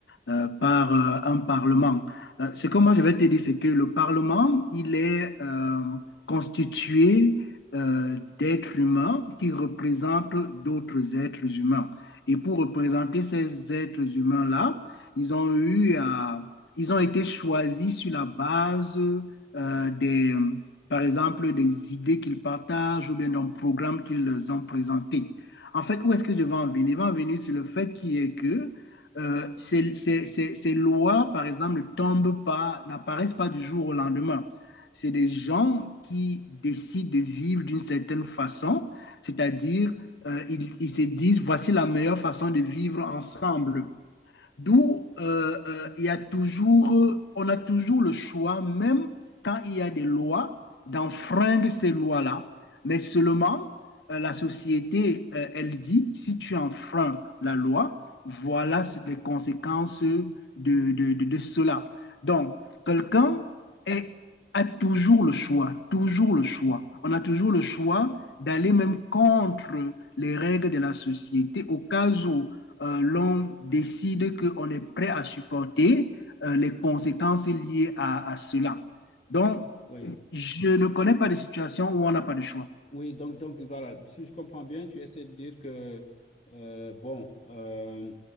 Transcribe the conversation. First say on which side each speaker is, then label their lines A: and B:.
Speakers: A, on the left (about 80°); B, on the left (about 35°).
A: euh, par euh, un parlement. Euh, ce que moi, je vais te dire, c'est que le parlement, il est euh, constitué euh, d'êtres humains qui représentent d'autres êtres humains. Et pour représenter ces êtres humains-là, ils ont eu à- Ils ont été choisis sur la base euh, des, par exemple, des idées qu'ils partagent ou bien d'un programme qu'ils ont présenté. En fait, où est-ce que je vais en venir? Je vais en venir sur le fait qui est que euh, ces, ces- ces- ces lois, par exemple, ne tombent pas, n'apparaissent pas du jour au lendemain. C'est des gens qui décident de vivre d'une certaine façon, c'est-à-dire euh, ils, ils se disent, voici la meilleure façon de vivre ensemble. D'où euh, euh, il y a toujours, on a toujours le choix, même quand il y a des lois, d'enfreindre ces lois-là. Mais seulement, euh, la société, euh, elle dit, si tu enfreins la loi, voilà les conséquences de, de, de, de cela. Donc, quelqu'un est- a toujours le choix, toujours le choix. On a toujours le choix d'aller même contre les règles de la société au cas où euh, l'on décide qu'on est prêt à supporter euh, les conséquences liées à, à, cela. Donc,
B: Oui.
A: je ne connais pas de situation où on n'a pas de choix.
B: Oui, donc, donc voilà, si je comprends bien, tu essaies de dire que, euh, bon, euh,